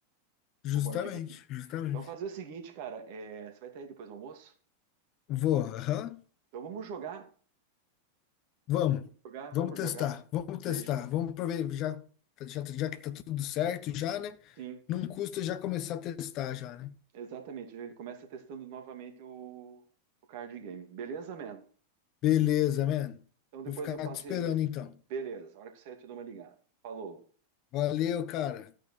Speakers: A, on the left (about 40°); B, on the right (about 50°).
A: Justamente,
B: com o board game.
A: justamente.
B: Então, fazer o seguinte, cara, é, você vai estar aí depois do almoço?
A: Vou, aham.
B: Então, vamos jogar,
A: Vamos.
B: jogar,
A: Vamos
B: vamos
A: testar.
B: jogar.
A: Vamos testar.
B: Daí a gente...
A: Vamos prover já já já que tá tudo certo já, né?
B: Sim,
A: Não custa já começar a testar já, né?
B: exatamente. Ele começa testando novamente o, o card game. Beleza, man?
A: Beleza, man.
B: Então, depois
A: Vou ficar
B: eu passo.
A: te esperando então.
B: Beleza, a hora que você eu te dou uma ligada. Falou.
A: Valeu, cara.